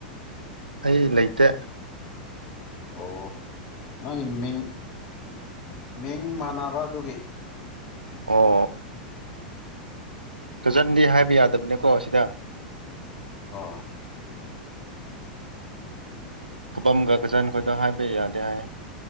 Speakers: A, on the right; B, on the left.
A: ꯑꯩ ꯂꯩꯇꯦ
B: ꯑꯣ ꯅꯪꯒꯤ ꯃꯤꯡ ꯃꯤꯡ ꯃꯥꯟꯅꯕ ꯑꯗꯨꯒꯤ ꯎꯝ
A: ꯑꯣ
B: ꯎꯝ
A: ꯀꯖꯟꯗꯤ ꯍꯥꯏꯕ ꯌꯥꯗꯕꯅꯦꯀꯣ ꯑꯁꯤꯗ
B: ꯑꯣ
A: ꯀꯕꯝꯒ ꯀꯆꯟꯈꯣꯏꯗ ꯍꯥꯏꯕ ꯌꯥꯗꯦ ꯍꯥꯏ